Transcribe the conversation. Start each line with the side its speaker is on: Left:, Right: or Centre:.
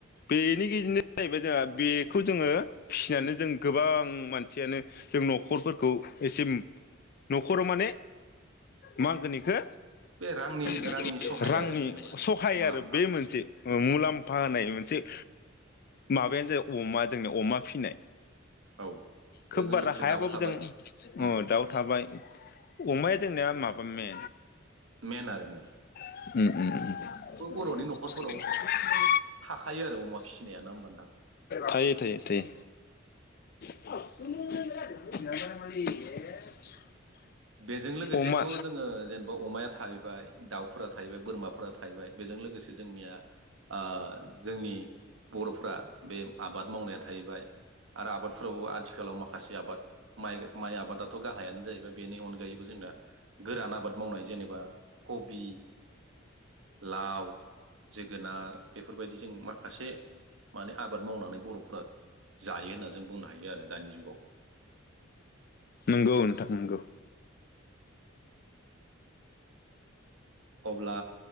Left: बेनि गेजेरनो जाहैबाय जोंहा बेखौ जोङो फिसिनानै जों गोबां मानसियानो जों न'खरफोरखौ एसे न'खराव माने मा होनगो इखो
Right: बे रांनि
Left: <unintelligible>
Right: रांनि सहाय
Left: रांनि
Right: आरो जेनेबा
Left: सहाय
Right: मुलाम्फा
Left: आरो बे मोनसे
Right: उम
Left: मुलाम फाहानाय मोनसे माबायानो जाबाय अमा जोंनि अमा फिनाय।
Right: औ
Left: खोब
Right: बेजों
Left: बारा
Right: लोगोसे
Left: हायाबाबो
Right: दाउ थाबाय
Left: जों
Right: उम
Left: ओ दाउ थाबाय। अमाया जोंनिया माबा मे
Right: मेन‌ आरो‌ मेन।
Left: उम उम
Right: बर'नि
Left: उम।
Right: न'खरफोराव
Left: <inaudible>
Right: थाखायो आरो अमा फिसिनाय ना होमबा नोंथां।
Left: थायो थायो थायो <unintelligible>
Right: बेजों लोगोसेथ'
Left: अमा
Right: जोङो जेनेबा अमाया थाहैबाय दाउफोरा थाहैबाय बोरमाफोरा थाहैबाय। बेजों लोगोसे जोंनिया ओ जोंनि बर'फ्रा बे आबाद मावनाया थाहैबाय आरो आबादफोरावबो आथिखालाव माखा खासि आबाद माइ माइ आबादाथ' गाहायानो जाहैबाय। अनगायैबो जोंना गोरान आबाद मावनाय जेनेबा कबि लाउ जोगोनार बेफोरबायदि जों माखासे माने आबाद मावनानै बर'फ्रा जायो होनना जों बुंनो हायो आरो दानि जुगाव।
Left: नंगौ नोंथां नंगौ।
Right: अब्ला